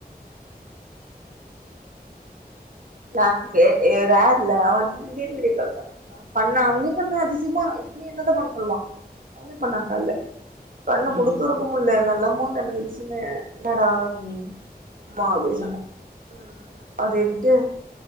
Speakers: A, on the right; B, on the left.
A: நாங் பே ஏ ரேர்ல்ல அவன் வந்து திடீனு வீடியோ கால் பண் பண்ணான் அவனே பண்ணான் அதிசயமா இப்ப நீ என்னதான் பண்ண சொல்வான் அவனே பண்ணான் கால்ல கண்ணு
B: ம்,
A: குடுத்து இருக்குமல்ல நல்ல மூஞ்சாண்ட வெச்சுன்னு என்னடா
B: ம்,
A: ஆமா வயசான
B: ம்,
A: ம் அப்டின்ட்டு